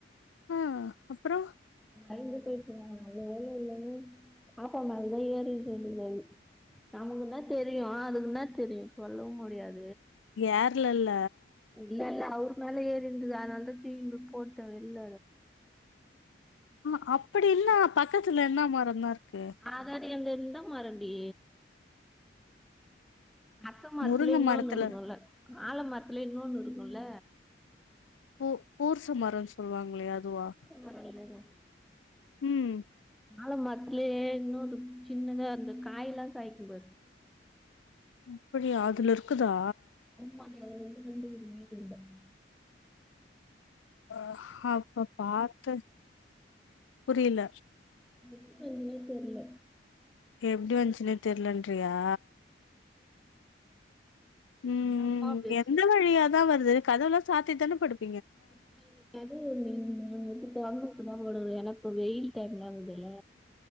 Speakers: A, on the left (about 85°); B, in the centre.
A: ம் அப்பறம்
B: ஐந்து போயி இருந்தாங்கங்க நல்ல வேல இல்லன்னா பாப்பா மேலதா ஏறி இருந்தது நமக்குன்னா தெரியும் அதுக்குன்ன தெரியும் சொல்லவும் முடியாது
A: ஏர் இல்லல
B: இல்ல இல்ல அவர் மேல ஏறி இருந்து அதனால தா தூக்கி போட்ட வெளில
A: ஆ அப்படின்னா பக்கத்துல என்ன மரம்தான் இருக்கு
B: அதாவாது இந்த மரம் டி அரச மரத்துலய
A: முருங்க
B: இன்னொன்னு
A: மரத்துல
B: இருக்குல்ல ஆல மரத்துல இன்னொன்னு இருக்குல்ல
A: பூ பூசு மரன்னு சொல்லுவாங்களையா அதுவா
B: மரம் இல்லங்க
A: ம்
B: ஆல மரத்துலே இன்னோரு சின்னதா இந்த காய்லா காய்க்கும்பாரு
A: அப்படியா அதுலருக்குதா
B: ஆமான்டி அதுலஒன்னு ரெண்டு <inaudible>
A: அ அப்ப பாத்து புரில
B: எப்டி வஞ்சினே தெர்ல
A: எப்டி வஞ்ச்சுனே தெர்லன்றியா ம்
B: நல்லா அம்மா
A: ம்
B: பெருசு
A: எந்த வழியாதா வருது கதவலா சாத்திதான படுப்
B: இல்ல கதவு மெய்ன் தொறந்து போட்டு தா படுக்கறது எனா இப்ப வெயில் டைம்லாருக்குதுல்ல